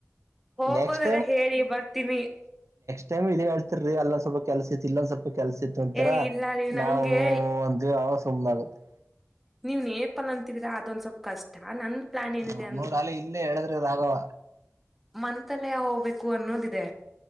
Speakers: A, in the centre; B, on the right.
A: ಹೋಗೋದ್ರ
B: ನೆಕ್ಸ್ಟ್
A: ಹೇಳಿ ಬರ್ತೀನಿ
B: ಟಮ್ ಇದೆೇತತಿರಿ ಅಲ್ಲ ಸ್ವಲ್ಪ ಕೆಲ್ಸ ಇಲ್ಲಂದ ಸ್ವಲ್ಪ ಕೆಲ್ಸ ತರ
A: ಏ ಇಲ್ಲ ರೀ ನಂಗೆ
B: ನಾವು ಒಂದ ಸುಮ್ನ ಆಾಗುತ್ತೆ
A: ನೀವ್ನ್ ಪಲ್ ಅಂತಿದ್ರ ಅದೊಂದ್ ಸ್ವಲ್ಪ ಕಷ್ಟ ನನ್ ಪ್ಲಾನ್ ಏನಿದೆ
B: ಹ ನಡಾಲ ಇಲ್ಲೇ ಹೇಳದ್ರೆ ಅ ಆಗವ
A: ಮಂತಲೆ ಹೋಗ್ಬೇಕು ಅನ್ನೋದಿದೆ